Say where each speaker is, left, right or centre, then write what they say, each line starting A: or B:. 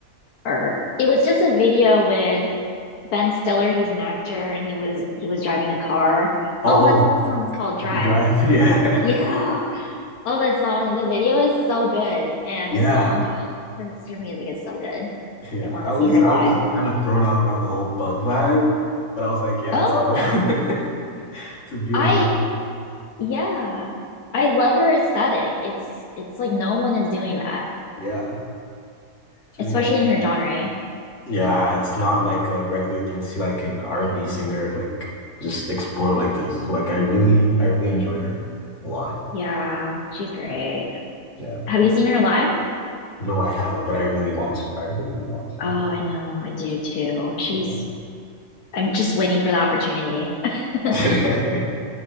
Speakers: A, on the left (about 85°); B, on the left (about 55°).
A: or it was just a video with Ben Stiller. He's an actor and he was he was driving a car.
B: Oh,
A: Oh, that's what the song is called, Drive.
B: oh, Drive,
A: <laughs>
B: <laughs> yeah,
A: Yeah. Oh, that song. The video is so good. And
B: yeah,
A: the song, oh, her, her music is so good.
B: yeah.
A: I want
B: I
A: to
B: was
A: see her
B: I
A: live.
B: was kind of thrown off by the whole bug vibe, but I was like, yeah,
A: Oh,
B: it's a beautiful, <laughs> it's a beautiful,
A: I Yeah. I love her aesthetic. It's it's like no one is doing that,
B: yeah, it's really
A: especially
B: nice.
A: in her genre.
B: Yeah, it's not like a regular thing to see like an R and B singer like just explore like this. So, like I really, I really enjoy her a lot.
A: Yeah, she's great.
B: Yeah,
A: Have you seen her live?
B: no, I haven't, but I really want to. I really, really want
A: Oh, I know. I do too. She's
B: to.
A: I'm just waiting for the opportunity. <laughs>
B: <laughs>